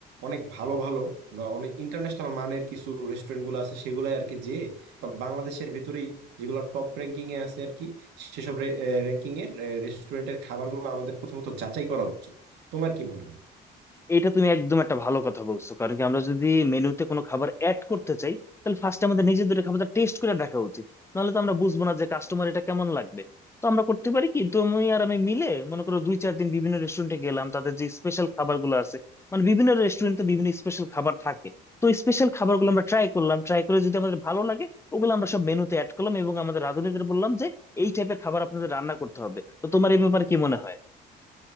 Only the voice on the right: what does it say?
অনেক ভালো ভালো বা অনেক ইন্টারন্যাশনাল মানের কিছু রেস্টুরেন্ট গুলো আছে সেগুলাই আর কি যে বা বাংলাদেশের ভিতরেই যেগুলো টপ র্যাঙ্কিং এ আছে আর কি সেসব র্যাঙ্কিং এ রেস্টুরেন্টের খাবারগুলো আমাদের প্রথমত যাচাই করা উচিত তোমার কি মনে হয়